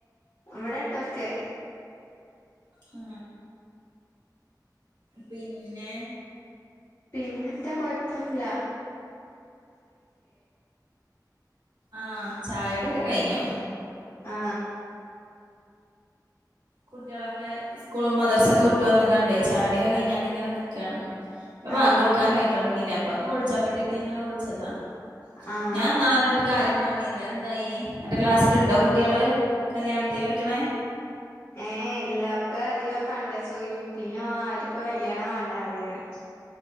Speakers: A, on the left; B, on the right.
A: ഇവിടെ ണ്ടൊക്കെ.
B: ആ. പിന്നെ
A: പിന്നെന്താ കൊഴപ്പന്നില്ല.
B: ആ ചായയുടെക്കെ കഴിഞ്ഞു.
A: ആ.
B: കുട്ടികളൊക്കെ സ്കൂളും മദർസൊക്കെ വിട്ട് വന്നക്കാണ്ട ചായൊടൊക്ക കഴിഞ്ഞാണ്ട് ങ്ങനെ ക്കാണ്. ഇപ്പൊ വാങ്കോടുക്കാനയിത്തൊടങ്ങിലെ
A: ആഹ്
B: അപ്പന്നൊള്ച്ചോക്കട്ടെ രുതി അങ്ങനെ വിളിച്ചതാ.
A: ആഹ്
B: ഞാൻന്നാളെ ന്നാടൊരു കാര്യം പറഞ്ഞിലേ ന്തായി? അന്റെ ക്ലാസ്സിൽണ്ടോ കുട്ടികള് കല്യാണത്തിന് പറ്റ്ണേ?
A: ഏ എല്ലാം ഒക്കെ അധികം കണ്ട ചോലും പിന്നെ ആരിപ്പോ കല്യാണം വേണ്ടറിയാന്.